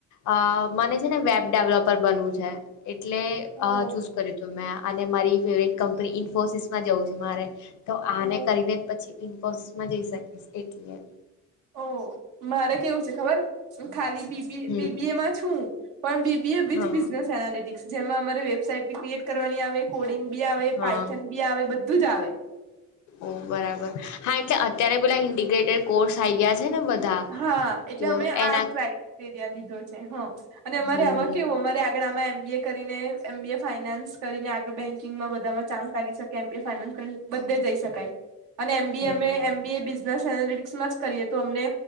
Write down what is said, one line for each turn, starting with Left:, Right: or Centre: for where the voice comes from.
Left: અ મને છે ને વેબ ડેવલપર બનવું છે. એટલે
Right: ઓ
Left: અ ચૂઝ કરું તું મેં આ. અને મારી ફેવરેટ કંપની ઇન્ફોસિસ માં જવું છે મારે. તો આને
Right: ઓ
Left: કરીને પછી ઇન્ફોસિસમાં જઈ શકીશ એટલે.
Right: ઓ મારે કેવું છે ખબર ખાલી બી બી,
Left: હમ
Right: બી બી એ માં છું પણ બી બી એ વિથ
Left: હા
Right: બિઝનેસ એનાલેટિક્સ જેમાં અમારે વેબસાઈટ બી ક્રિએટ કરવાની આવે, કોડિંગ બી આવે,
Left: હા
Right: પાઇથન બી આવે, બધ ધું જ આવે.
Left: ઓ બરાબર, હા એ અત્યારે પેલા ઇન્ડિગ્રેટેડ કોર્સ આય ગ્યા છે ને બધા.
Right: હા એટલે
Left: તો
Right: અમે
Left: એના
Right: આ ક્રાઈટેરિયા લીધો છે, હ. અને અમારે
Left: હમ
Right: આમાં કેવું અમારે આગળ આમાં એમ બી એ કરીને એમ બી એ ફાયનાન્સ કરીને આગળ બેંકિંગમાં બધામાં ચાન્સ લાગી શકે એમ બી એ ફાયનાન્સ કરીને બધે જઈ શકાય અને એમ બી
Left: હમ
Right: એ અમે એમ બી એ બિઝનેસ એનાલિટિક્સમાં જ કરીએ તો અમને.